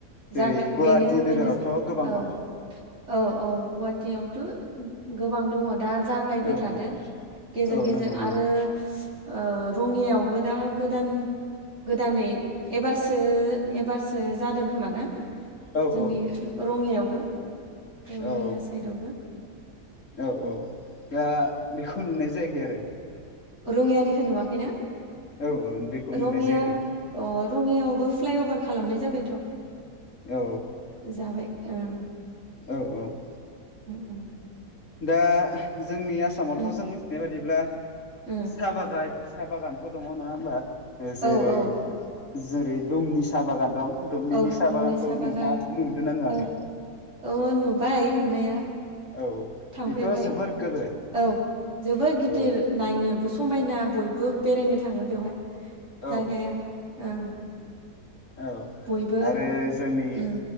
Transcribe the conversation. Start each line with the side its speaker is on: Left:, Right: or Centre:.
Left: जेरै
Right: जागाय
Left: गुवाहाटि
Right: बेनो बेनो
Left: नोगोरावथ' गोबां
Right: औ
Left: दं
Right: औ औ गुवाहाटीयावथ' गोबां दङ दा जागायबाय
Left: औ
Right: थादो
Left: औ
Right: गेजेर
Left: औ
Right: गेजेर
Left: नंगौ नंगौ
Right: आरो ओ रङियावबो दा गोदान गोदानै एबारसो सो एबारसो जादों खोमा ना
Left: औ
Right: जोंनि
Left: औ
Right: रङियायावबो रङिया
Left: औ
Right: साइदआवबो
Left: औ औ दा बेखौ नुनाय जायाखै आरो
Right: रङियानिखो नुवाखैना
Left: औ औ बेखौ नुनाय
Right: रङिया
Left: जायाखै
Right: अ रङियाव बो फ्लाइअभार खालामनाय जाबायथ'
Left: औ
Right: जाबाय ओं
Left: औ औ
Right: उम उम
Left: दा जोंनि आसामावथ'
Right: उम
Left: जों मिथिनाय बादिब्ला
Right: उम
Left: साहा बागाय साहा बागानफोर' दङ नङा होमबा जेरै
Right: औ औ
Left: जेरै दुमनि सा बागान दं दुमनिनि
Right: औ
Left: साहा
Right: दुमनि
Left: बागानखौ
Right: सा
Left: नोंथाङा
Right: बागान
Left: नुदोंना नुवाखै
Right: औ औ नुबाय नुनाया
Left: औ
Right: थांफेरबाय
Left: बेथ' जोबोर गोदोर
Right: औ जोबोर गिदिर
Left: औ
Right: नायनोबो स समायना बयबो बेरायनो थाङो बेयावहाय
Left: औ
Right: जायगाया ओं
Left: औ
Right: बयबो
Left: आरो जोंनि
Right: उम